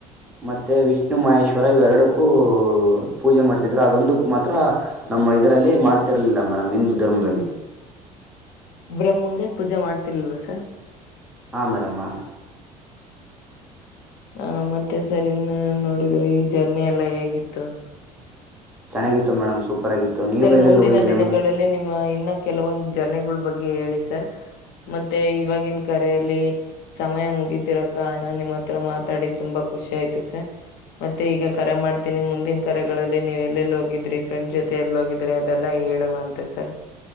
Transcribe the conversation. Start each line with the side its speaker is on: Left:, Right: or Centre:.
Centre: ಮತ್ತೆ ವಿಷ್ಣು ಮಹೇಶ್ವರ ಇವ್ ಎರಡಕ್ಕೂ ಊ ಪೂಜೆ ಮಾಡ್ತಿದ್ರು ಅದೊಂದಕ್ ಮಾತ್ರ ನಮ್ಮ ಇದರಲ್ಲಿ ಮಾಡ್ತಿರ್ಲಿಲ್ಲ ಮೇಡಮ್ ಹಿಂದೂ ಧರ್ಮದಲ್ಲಿ.
Left: ಬ್ರಹ್ಮಂಗೆ ಪೂಜೆ ಮಾಡ್ತಿಲಿರ್ಲ್ವ ಸರ್.
Centre: ಹಾ ಮೇಡಮ್ ಹಾ ಮೇಡಮ್.
Left: ಹಾ ಮತ್ತೆ ಸರ್ <unintelligible> ಜರ್ನಿ ಎಲ್ಲಾ ಹೇಗಿತ್ತು.
Centre: ಚೆನ್ನಾಗಿತ್ತು ಮೇಡಮ್. ಸೂಪರ್ ಆಗಿತ್ತು ನೀವು
Left: ಸರ್
Centre: ಎಲ್ಲೆಲ್ಲಿ
Left: ಮುಂದಿನ
Centre: ಹೋಗಿದ್ದೀರಾ
Left: ದಿನಗಳಲ್ಲಿ
Centre: ಮೇಡಮ್
Left: ನಿಮ್ಮ ಇನ್ನ ಕೆಲವೊಂದ ಜರ್ನಿಗಳ ಬಗ್ಗೆ ಗೆ ಹೇಳಿ ಸರ್ ಮತ್ತೆ ಇವಾಗಿನ ಕರೆಯಲ್ಲಿ ಸಮಯ ಮುಗೀತಿರೋ ಕಾರಣ ನಿಮ್ಮ್ ಹತ್ರ ಮಾತಾಡಿದ್ ತುಂಬಾ ಖುಷಿ ಆಯ್ತು ಸರ್ ಮತ್ತೆ ಈಗ ಕರೆ ಮಾಡ್ತೀನಿ ಮುಂದಿನ್ ಕರೆಗಳಲ್ಲಿ ನೀವ್ ಎಲ್ಲೆಲ್ಲಿ ಹೋಗಿದ್ರಿ ಫ್ರೆಂಡ್ಸ್ ಜೊತೆ ತ್ತೆ ಎಲ್ಲಿ ಹೋಗಿದ್ರಿ ಅದೆಲ್ಲ ಹೇಳುವಂತೆ ಸರ್.